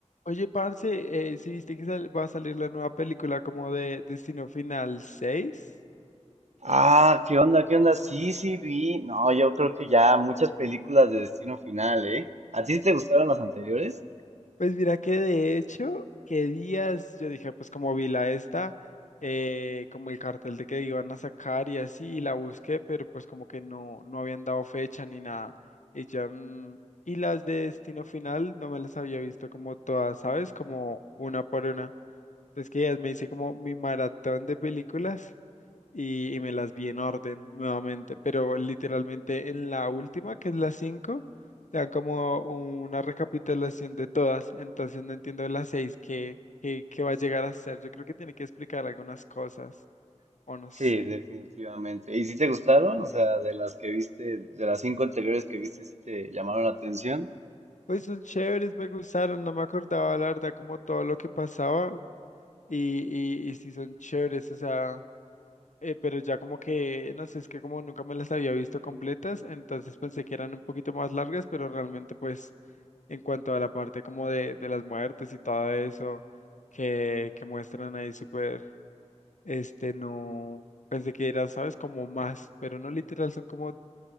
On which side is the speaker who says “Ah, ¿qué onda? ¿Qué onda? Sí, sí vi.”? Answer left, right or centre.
Right